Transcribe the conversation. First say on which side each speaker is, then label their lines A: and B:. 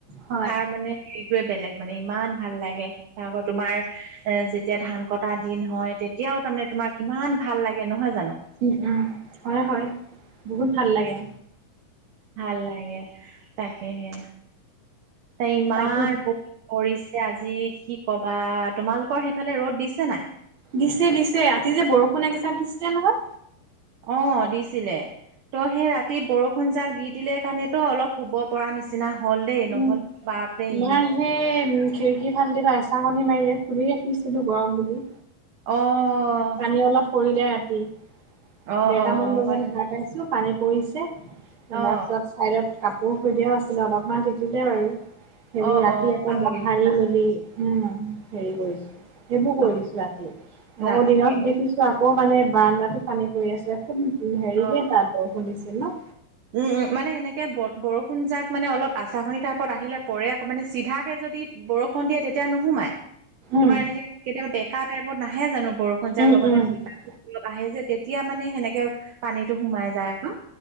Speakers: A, on the right (about 40°); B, on the right (about 65°).
A: হয়,
B: তাৰ মানে হেৰিটোয়ে বেলেগ মানে ইমান ভাল লাগে। আকৌ তোমাৰ এ যেতিয়া ধান কটা দিন হয় তেতিয়াও তাৰমানে তোমাৰ কিমান ভাল লাগে। নহয় জানো।
A: উম, উম, হয়, হয় বহুত ভাল লাগে।
B: ভাল লাগে তাকেহে। তাই <unintelligible>
A: তাকে।
B: এয়া আজি কি কবা তোমালোকৰ সেইফালে ৰ'দ দিছে নাই?
A: দিছে দিছে ৰাতি যে বৰষুণ একজাক দিছে নহয়।
B: অ', দিছিলে ত' সেই ৰাতি বৰষুণজাক দি দিলে কাৰণতো অলপ শুব পৰা নিচিনা হ'ল দেই
A: উম,
B: নহ'লে বাপৰে
A: মই
B: ইমান
A: সেই খিৰিকী ফাল্টিবা এচাৰকণী মাৰিল খুলি ৰাখিছিলো গৰম বুলি।
B: অ'।
A: পানী অলপ পৰিলে ৰাতি।
B: অ
A: দেৰটামান
B: অ
A: বজাত
B: হয়
A: সাৰ পাইছো পানী পৰিছে ত'
B: অ
A: তাৰপিছত চাইডত কাপোৰ থৈ দিয়াও আছিলে অলপমান টিটিলে বাৰু। সেইবোৰ
B: অ
A: ৰাতি
B: অ
A: আকৌ
B: পাহৰিছিলা
A: মহাৰি মেলি উম, হেৰি কৰিছো সেইবোৰ কৰিছো
B: অ
A: ৰাতি আকৌ
B: ৰাতি
A: দিনত দেখিছো ত' আকৌ মানে বাৰাণ্ডাটো পানী পৰি আছে খুব হেৰিকে
B: অ
A: তাত বৰষুণ দিছিল ন।
B: উম, মানে সেনেকে বৰষুণ যাক মানে অলপ আচাখনি টাইপত আহিলে পৰে আকৌ মানে চিধাকে যদি বৰষুণ দিয়ে তেতিয়া নোসোমাই।
A: উম
B: তোমাৰ এনেকে কেতিয়াবা বেকা টাইপত নাহে জানো বৰষুণ যাক
A: উম
B: লগতে
A: উম উম
B: অলপ আহে যে তেতিয়া মানে সেনেকে পানীটো সোমাই যায় আকৌ।